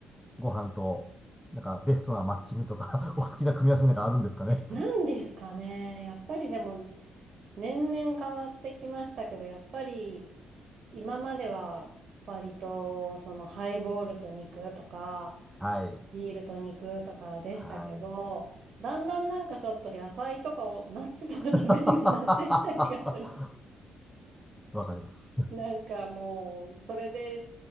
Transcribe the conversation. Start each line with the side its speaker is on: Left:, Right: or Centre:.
Centre: ご飯と、なんか、ベストなマッチングとか <laughs> お好きな組み合わせなんかあるんですかね。
Right: え。なんですかね。やっぱりでも年々変わってきましたけど、やっぱり今までは割とそのハイボールと肉とか、
Centre: はい。
Right: ビールと肉とかでしたけど、
Centre: はい。
Right: だんだんなんかちょっと野菜とかを、ナッツとか食べるようになってきた気がする。
Centre: <laughs> わかります。
Right: なんかもう、それで